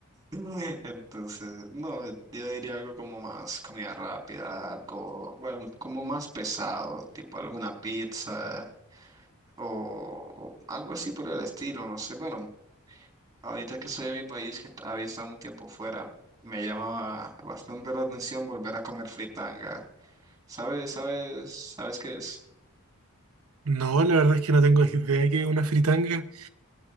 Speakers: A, on the right (about 15°); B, on the right (about 70°).
A: <laughs> Entonces, no, yo diría algo como más comida rápida, algo, bueno, como más pesado, tipo alguna pizza o, o algo así por el estilo, no sé. Bueno, ahorita que soy de mi país, que est- había estado un tiempo fuera, me llamaba bastante la atención volver a comer fritanga ¿Sabes, sabes, sabes qué es?
B: No, la verdad es que no tengo idea que es una fritanga.